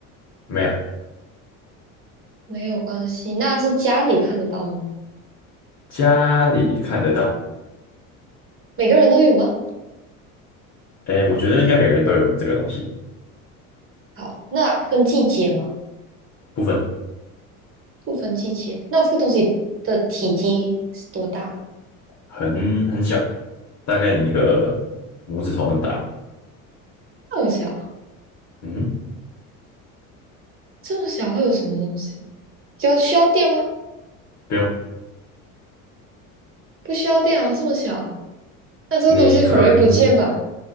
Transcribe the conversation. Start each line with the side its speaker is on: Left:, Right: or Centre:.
Left: 没有，
Right: 没有关系。那是家里看得到的吗？
Left: 家里看得到。
Right: 每个人都有吗？
Left: 哎，我觉得应该每个人都有这个东西，
Right: 好，那分季节吗？
Left: 不分，
Right: 不分季节，那这个东西的体积是多大？
Left: 很很小，大概你一个拇指头那么大吧。
Right: 那么小，
Left: 嗯哼，
Right: 这么小会有什么东西？要需要电吗？
Left: 不用，
Right: 不需要电啊，这么小，那这个东西很容易不见吧？
Left: 你可能，